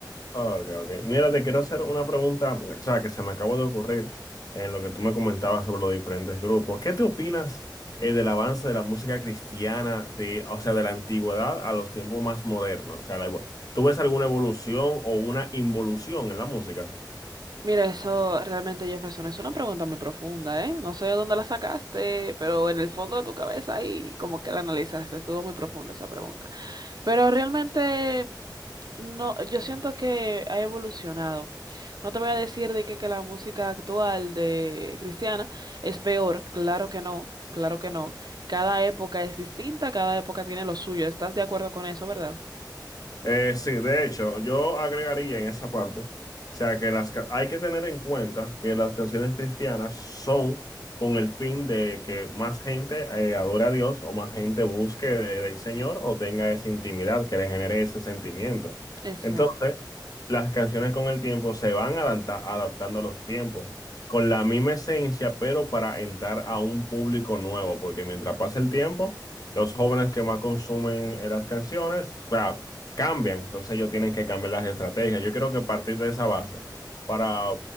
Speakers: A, on the left; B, on the right.
A: Ok, ok. Mira, te quiero hacer una pregunta, o sea, que se me acabó de ocurrir en lo que tú me comentabas sobre los diferentes grupos. ¿Qué te opinas eh, del avance de la música cristiana, de, o sea, de la antigüedad a los tiempos más modernos? O sea, la, evo- ¿tú ves alguna evolución o una involución en la música?
B: Mira, eso realmente, Jefferson, es una pregunta muy profunda, ¿eh? No sé de dónde la sacaste, pero en el fondo de tu cabeza ahí como que la analizaste. Estuvo muy profunda esa pregunta. Pero realmente... No, yo siento que ha evolucionado. No te voy a decir de que, que la música actual de cristiana es peor, claro que no, claro que no. Cada época es distinta, cada época tiene lo suyo. ¿Estás de acuerdo con eso, verdad?
A: Eh, sí, de hecho, yo agregaría en esa parte, o sea, que las ca- hay que tener en cuenta que las canciones cristianas son con el fin de que más gente eh, adore a Dios o más gente busque de- del Señor o tenga esa intimidad que le genere ese sentimiento.
B: Exacto.
A: Entonces, las canciones con el tiempo se van adapta- adaptando a los tiempos, con la misma esencia, pero para entrar a un público nuevo, porque mientras pasa el tiempo, los jóvenes que más consumen eh, las canciones, o sea, cambian. Entonces ellos tienen que cambiar las estrategias. Yo creo que partir de esa base para,